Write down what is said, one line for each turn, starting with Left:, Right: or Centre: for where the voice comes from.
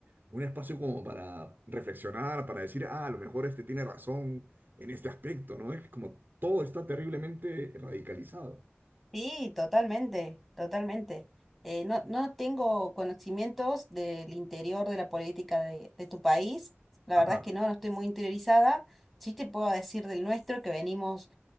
Right: un espacio como para reflexionar, para decir, ah, a lo mejor este tiene razón en este aspecto, ¿no? Es como todo está terriblemente radicalizado.
Centre: Sí, totalmente, totalmente. Eh, no, no tengo conocimientos del interior de la política de, de tu país. La
Right: Ajá.
Centre: verdad es que no, no estoy muy interiorizada. Sí te puedo decir del nuestro, que venimos